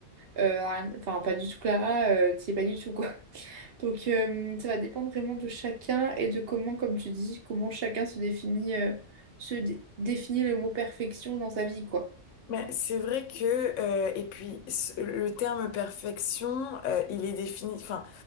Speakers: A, on the right; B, on the left.
A: euh, rien- enfin, pas du tout Clara, euh, c'est pas du tout, quoi. <laughs> Donc, euh, ça va dépendre vraiment de chacun et de comment, comme tu dis, comment chacun se définit, euh, se dé- définit le mot perfection dans sa vie, quoi.
B: Mais c'est vrai que, euh, et puis ce- le terme perfection, euh, il est défini, enfin,